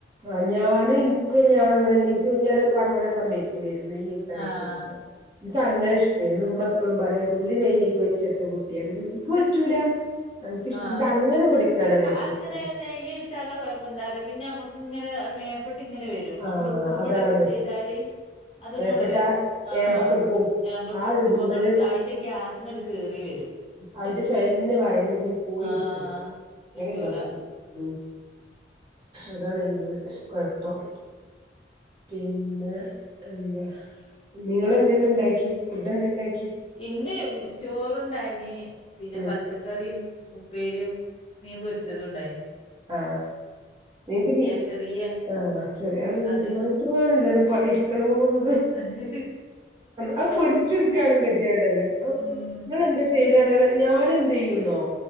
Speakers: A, on the right (about 25°); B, on the left (about 35°).
A: ആ ഞാന് ഇന ഞ ഞാൻ പറമ്പ വിടാൻ സമയക്കൂലായിരുന്നു നെയ്യ് കാനോ
B: ആഹ്.
A: കോരിന്നോ എനിക്ക അങ്ങനെ ഇഷ്ടമായിരുന്നു ഉമ്മ എപ്പഴും പറയാ തുള്ളി നെയ്യേക്കക്ക് വെിച്ചിട്ട കുട്ടിയാാണ് എനിക്ക് പറ്റൂല ഇൻക്കിഷ്ട
B: ആ
A: ഇൻക്കങ്ങനെ കുടിക്കാനാണ് ഏറ്റവും
B: അങ്ങനെ
A: ഇഷ്ടം
B: നെയ്യ ചോിച്ചാള കൊഴപ്പം തര പിന്നെ നമ്മക്ക് ഇങ്ങനെ മേപ്പെട്ട്ങ്ങനെ വരും
A: ആഹ്
B: നമ്മള് കുമ്പിടൊക്കെ
A: അതാണ്.
B: ചെയ്താല് അത്ങ്ങോട്ട
A: മേപ്പട്ട
B: ആ
A: ഏമ്പക്കെട്ക്കും.
B: നമ്മളൊക്കെ
A: ആ
B: എടുക്കുമ്പോ
A: ഇടുമ്പഴ്
B: അങ്ങോട്ട അതിന്റെ ഗ്യാസ് ഇങ്ങോട്ട് കേറി വരും
A: അതിന്റെ സ്ന്ന വഴന്ന് പിന്നെ പോയി
B: ആഹ്
A: കിട്ടൂട
B: കിട്ടൂല.
A: എനണ്ടോന്ന് ഉ അതാണെങ്കത് കൊഴപ്പം പിന്നെ എന്താ നിങ്ങ എന്തന്ന ഇണ്ടാക്കി ഫുഡ് എന്താണ്ടാക്കി
B: ഇന്ന് ചോറണ്ടായിന് പിന്നെ
A: ഉം
B: പച്ചക്കറിയും ഉപ്പേരിയും മീൻ പൊരിച്ചതും ഉണ്ടായിന്
A: ആ നിങ്ക്ക് നീ
B: ചെറിയ
A: ആ ശെരി അണ് എങ്കി
B: അത്
A: മത്രമാ നേരം പണി എടുക്കണോന്ന്
B: അഹ്ന്
A: ആ പൊരിച്ചെടുക്കാനും ഗദ്യയടെല്ലേ ആ്
B: ഉം
A: നിങ്ങളെന്താ ചെയ് അങ്ങനെ ഞാൻ എന്ത് ചെയ്യുന്നോ